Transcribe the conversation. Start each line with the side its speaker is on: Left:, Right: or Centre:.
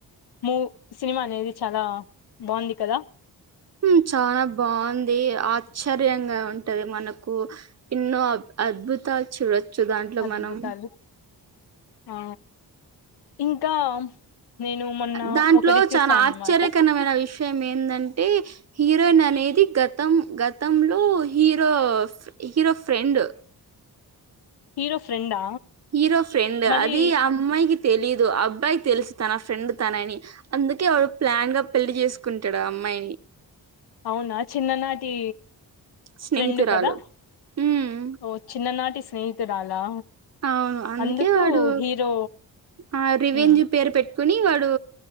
Left: మూ సినిమా అనేది చాలా బాగుంది కదా అ
Right: ఉమ్ చానా బాగుంది ఆశ్చర్యంగా ఉంటది మనకు ఎన్నో అద్భుతాలు చూడొచ్చు దాంట్లో
Left: అద్భుతాలు
Right: మనం
Left: ఆ ఇంకా నేను మొన్న
Right: దాంట్లో
Left: ఒకటి చూసా
Right: చానా
Left: అన్నమాట
Right: ఆశ్చర్యకరమైన విషయం ఏందంటే హీరోయిన్ అనేది గతం గతంలో హీరో హీరో ఫ్రెండ్
Left: హీరో ఫ్రెండా
Right: హీరో ఫ్రెండ్
Left: మరి
Right: అది అమ్మాయి తెలీదు అబ్బాయి తెలుసు తన ఫ్రెండ్ తన అని అందుకే వాడు ప్లాన్ గా పెళ్లి చేసుకుంటాడా అమ్మా మై
Left: అవునా చిన్న నా టి
Right: స్నేహితురాలు
Left: ఫ్రెండ్ కదా
Right: ఉమ్
Left: ఓ చిన్ననాటి స్నేహితురాలా
Right: అవును అందుకే
Left: అందుకు
Right: వాడు
Left: హీరో
Right: ఆ రివేంజీ
Left: మ్మ్
Right: పేరు పెట్టు కొని వాడు